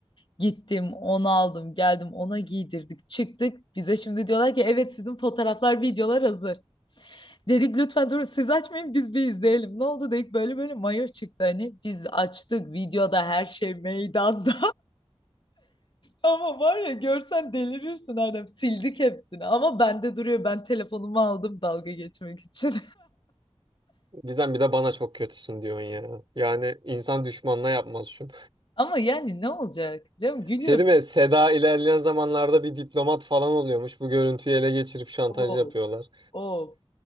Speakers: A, on the left (about 50°); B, on the right (about 50°).
A: Gittim onu aldım geldim ona giydirdik çıktık bize şimdi diyorlar ki evet sizin fotoğraflar videolar hazır. Dedik lütfen durun siz açmayın biz bir izleyelim. Ne oldu dedik böyle böyle mayo çıktı hani biz açtık videoda her şey meydanda. Ama var ya görsen delirirsin Erdem. Sildik hepsini ama bende duruyor. Ben telefonumu aldım dalga geçmek için.
B: Gizem bir de bana çok kötüsün diyorsun ya. Yani insan düşmanına yapmaz şunu.
A: <laughs> Ama yani ne olacak? Canım gülüyorum.
B: Şey değil mi? Seda ilerleyen zamanlarda bir diplomat falan oluyormuş. Bu görüntüyü ele geçirip şantaj
A: Oo,
B: yapıyorlar.
A: oo.